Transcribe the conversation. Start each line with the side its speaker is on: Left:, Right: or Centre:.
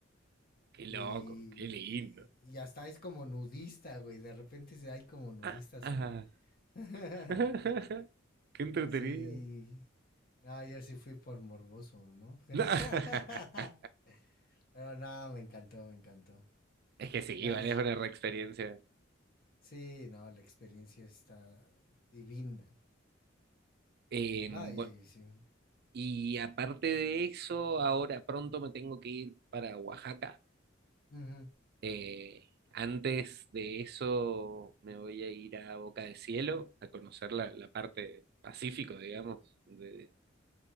Right: qué loco,
Left: Y,
Right: qué lindo.
Left: y, y hasta es como nudista, güey. De repente se- hay como nudistas
Right: Ah, ah.
Left: ahí. <laughs>
Right: <laughs> Qué entretenido.
Left: Sí. Ah, yo sí fui por morboso, ¿no? <laughs>
Right: No. <laughs>
Left: Pero nada, me encantó, me encantó.
Right: Es que sí,
Left: Nada,
Right: vale,
Left: s-
Right: es una reexperiencia.
Left: sí, no, la experiencia está divina.
Right: Eh,
Left: Ay,
Right: bu-
Left: ay, sí.
Right: y aparte de eso, ahora pronto me tengo que ir para Oaxaca.
Left: Ujú,
Right: Eh, antes de eso me voy a ir a Boca de Cielo a conocer la, la parte pacífico, digamos, de,